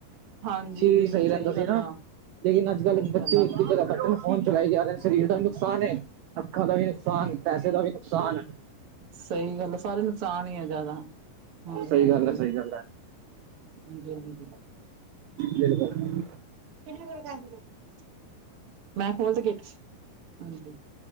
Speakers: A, on the right; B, on the right.
A: ਹਾਂਜੀ,
B: ਸਰੀਰ ਵੀ ਸਹੀ ਰਹਿੰਦਾ
A: ਸਈ
B: ਸੀ
A: ਗੱਲ
B: ਨਾ
A: ਆ।
B: ਲੇਕਿਨ ਅੱਜ-ਕਲ
A: ਸਹੀ
B: ਬੱਚੇ
A: ਗੱਲ ਆ
B: ਇਕ ਜਗ੍ਹਾ ਬੈਠੇ ਫੋਨ ਚਲਾਈ ਜਾ ਰੇ ਸਰੀਰ ਦਾ ਵੀ ਨੁਕਸਾਨ ਏ। ਅੱਖਾਂ ਦਾ ਵੀ ਨੁਕਸਾਨ, ਪੈਸੇ ਦਾ ਵੀ ਨੁਕਸਾਨ ਐ।
A: ਸਈ ਗੱਲ ਐ, ਸਾਰੇ ਨੁਕਸਾਨ ਈ ਐ ਜ਼ਿਆਦਾ।
B: ਹੈ
A: ਹਾਂਜੀ,
B: ਸਹੀ
A: ਹਾਂਜੀ।
B: ਗੱਲ ਹੈ ਸਹੀ ਗੱਲ ਹੈ
A: ਹਾਂਜੀ, ਹਾਂਜੀ।
B: ਬਿਲਕੁਲ।
A: <unintelligible> ਮੈਂ ਖੋਲ ਦੇ ਗੇਟ। ਹਾਂਜੀ